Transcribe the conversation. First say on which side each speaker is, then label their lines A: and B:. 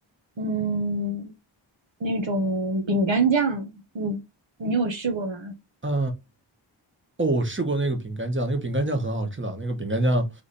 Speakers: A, on the right; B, on the right.
A: 嗯，那种饼干酱，嗯，你有试过吗？
B: 嗯，哦，我试过那个饼干酱，那个饼干酱很好吃的，那个饼干酱